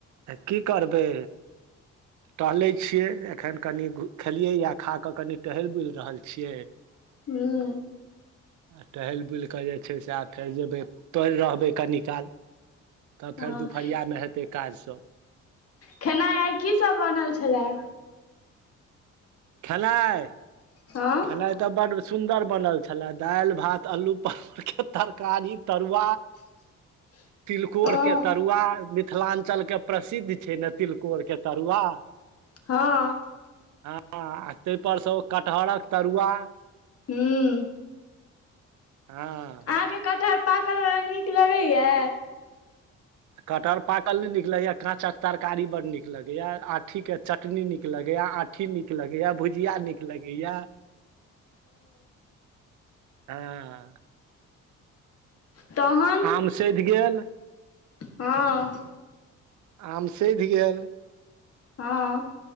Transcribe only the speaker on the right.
की करबै टहले छियै एखन कनि खेलियै या खा कऽ कनि टहल बुलि रहल छियै
आ टहेल बुलि कऽ से आ फेर जेबै प रहबै कनि काल तब
फेर दुपहरिया मे हेतै काज सब
खेनाइ
खेनाइ तऽ बड्ड सुन्दर बनल छले दालि भात अल्लू परवल के तरकारी तरुआ
तिलकोर
के तरुआ मिथिलांचल के प्रसिद्ध छै ने तिलकोर के तरुआ
हँ आ तहिपर सँ ओ कटहरक तरुआ
हँ
कटहर पाकल नहि नीक लगैया काँचक तरकारी बड नीक लगैया आठी के चटनी नीक लगैया आ कि नीक लगेया भुजिया नीक लगेया
हँ
आम सधि गेल
आम सधि गेल